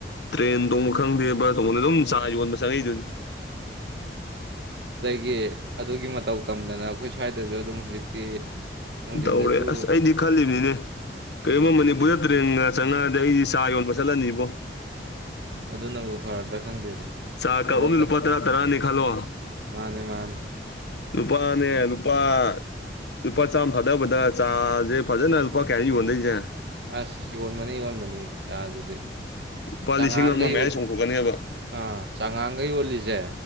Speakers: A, on the left; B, on the right.
A: ꯇ꯭ꯔꯦꯟ ꯇꯣꯡꯕ ꯈꯪꯗꯦ ꯕꯁ ꯇꯣꯡꯕꯗ ꯑꯗꯨꯝ ꯆꯥ ꯌꯣꯟꯕ ꯆꯪꯉꯛꯏꯗꯨꯅꯤ
B: ꯒꯤ ꯑꯗꯨꯒꯤ ꯃꯇꯧ ꯇꯝꯗꯅ ꯑꯩꯈꯣꯏ ꯁ꯭ꯋꯥꯏꯗꯁꯨ ꯑꯗꯨꯝ ꯍꯧꯖꯤꯛꯇꯤ ꯅꯨꯡꯊꯤꯟꯗꯁꯨ
A: ꯇꯧꯔꯦ ꯑꯁ ꯑꯩꯗꯤ ꯈꯜꯂꯤꯕꯅꯤꯅꯦ
B: ꯎꯝ
A: ꯀꯔꯤꯒꯨꯝꯕ ꯃꯅꯤꯄꯨꯔꯗ ꯇ꯭ꯔꯦꯟꯒ ꯆꯪꯅꯛꯑꯗꯤ ꯑꯩꯗꯤ ꯆꯥ ꯌꯣꯟꯕ ꯆꯠꯂꯅꯤꯕꯣ
B: ꯑꯗꯨꯅꯕꯨ ꯐꯔꯗ꯭ꯔꯥ ꯈꯪꯗꯦꯅꯦ
A: ꯆꯥ
B: ꯊꯕꯛꯀ
A: ꯀꯞ ꯑꯃꯗ ꯂꯨꯄꯥ ꯇꯔꯥ ꯇꯔꯥꯅꯦ ꯈꯜꯂꯣ
B: ꯃꯥꯅꯦ ꯃꯥꯅꯦ
A: ꯂꯨꯄꯥꯅꯦ
B: ꯑꯗꯨ
A: ꯂꯨꯄꯥ ꯂꯨꯄꯥ ꯆꯥꯝ ꯊꯥꯗꯕꯗ ꯆꯥꯖꯦ ꯐꯖꯅ ꯂꯨꯄꯥ ꯀꯌꯥꯅꯣ ꯌꯣꯟꯗꯣꯏꯁꯦ
B: ꯑꯁ ꯌꯣꯟꯕꯅꯤ ꯌꯣꯟꯕꯅꯤ ꯆꯥꯁꯤꯗꯤ
A: ꯂꯨꯄꯥ
B: ꯆꯉꯥꯡꯒ
A: ꯂꯤꯁꯤꯡ ꯑꯃ ꯃꯌꯥꯏꯗꯤ
B: ꯌꯣ
A: ꯆꯣꯡꯊꯣꯛꯀꯅꯤꯕ
B: ꯑꯥ ꯆꯉꯥꯡꯒ ꯌꯣꯜꯂꯤꯖꯦ